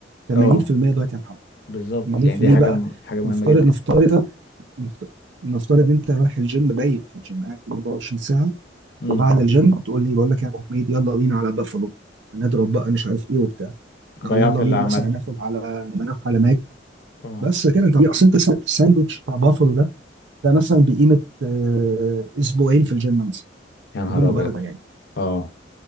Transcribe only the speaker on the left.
اه
بالظبط
يعني دي
حاجه
م- حاجه مهمه
جدا
امم
ضيعت
اللي
عملته
اه
يا نهار
ابيض
اه